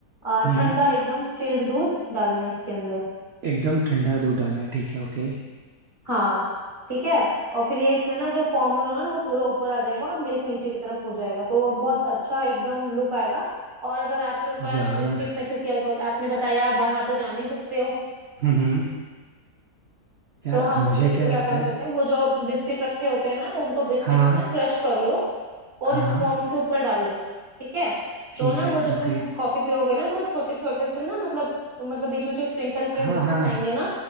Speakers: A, on the right (about 20°); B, on the right (about 85°).
A: अ,
B: हम्म
A: ठंडा एकदम चिल्ड दूध डालना है इसके अंदर
B: एकदम ठंडा दूध डालना है ठीक है ओके
A: हाँ ठीक है और फिर ये इसमें ना जो फॉर्म होगा ना वो पूरा ऊपर आ जाएगा और मिल्क नीचे की तरफ हो जाएगा तो वो बहुत अच्छा एकदम लुक आएगा और अगर आपके पास
B: यार
A: बिस्किट्स हैं क्योंकि आप, आपने बताया आप बाहर तो जा नहीं सकते हो
B: हम्म यार
A: तो हम
B: मुझे
A: इस
B: क्या
A: पे क्या
B: लगता
A: काम
B: है
A: करते हैं वो जो बिस्किट रखे होते हैं ना उनको बिस्किट्स
B: हाँ
A: को ना क्रश कर लो और
B: हाँ
A: इस फोम के ऊपर डाल दो ठीक है
B: ठीक
A: तो ना
B: है
A: वो जब
B: ओके
A: तुम कॉफी पियोगे ना तो वो छोटे छोटे से ना मतलब मतलब बीच में जो स्प्रिंकल किए
B: हाँ
A: बिस्किट्स
B: हाँ
A: आएंगे ना